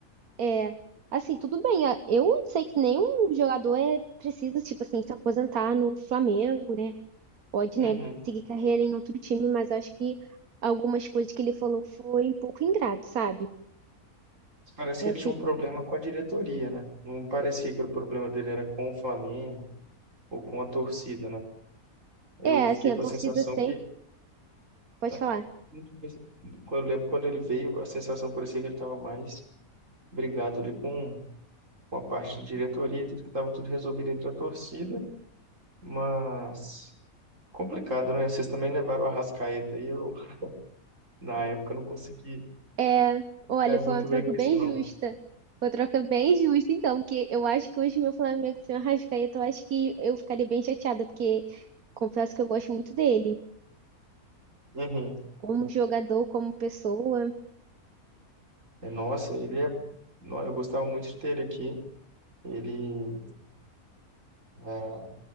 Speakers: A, on the right; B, on the right.
A: É, assim, tudo bem. a- Eu sei que nenhum jogador é precisa, tipo assim, se aposentar no Flamengo, né? Pode,
B: Uhum.
A: né, seguir carreira em outro time, mas acho que algumas coisas que ele falou foi um pouco ingrato, sabe?
B: Mas Parece que
A: Aí
B: ele
A: eu fiquei
B: tinha um
A: com
B: problema
A: um pouco.
B: com a diretoria, né? Não parecia que o problema dele era com o Flamengo ou com a torcida, né? Eu
A: É,
B: fiquei
A: assim, a
B: com
A: torcida
B: a sensação
A: sempre.
B: que,
A: Pode
B: ah,
A: falar.
B: não tive- esse- quando eu lembro quando ele veio, a sensação parecia que ele estava mais brigado ali com, com a parte de diretoria, tudo que estava tudo resolvido entre a torcida, mas complicado, né? Vocês também levaram a Arrascaeta e eu, na época, não consegui
A: É,
B: ficar
A: olha,
B: muito
A: foi uma troca
B: bem com
A: bem
B: isso, não.
A: justa. Foi uma troca bem justa, então, porque eu acho que hoje meu Flamengo sem o Arrascaeta, eu acho que eu ficaria bem chateada, porque confesso que eu gosto muito dele,
B: Uhum.
A: como jogador, como pessoa.
B: É, Nossa, ele é. Não, eu gostava muito de ter ele aqui. Ele Ah,